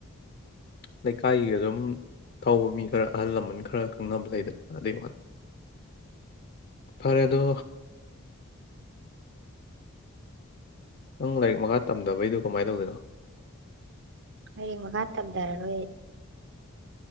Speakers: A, on the left; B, on the right.
A: ꯂꯩꯀꯥꯏꯒꯤꯒ ꯑꯗꯨꯝ ꯊꯧꯕ ꯃꯤ ꯈꯔ ꯑꯍꯜ ꯂꯃꯟ ꯈꯔ ꯈꯪꯅꯕ ꯂꯩꯗꯅ ꯑꯗꯨꯏ ꯋꯥꯅꯤ ꯐꯔꯦ ꯑꯗꯣ ꯅꯪ ꯂꯥꯏꯔꯤꯛ ꯃꯈꯥ ꯇꯝꯗꯕꯩꯗꯨ ꯀꯃꯥꯏꯅ ꯇꯧꯗꯣꯏꯅꯣ
B: ꯑꯦꯔꯤꯃ ꯀꯥꯇꯔꯝ ꯇꯔꯅꯣ